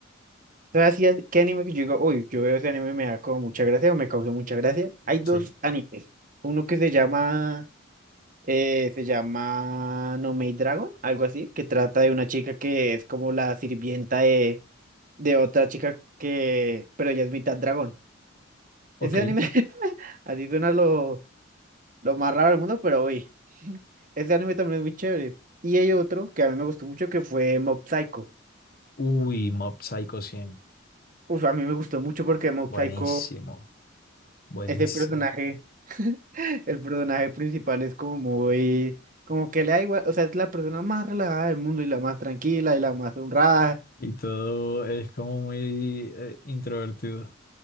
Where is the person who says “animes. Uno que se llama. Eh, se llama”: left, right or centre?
Right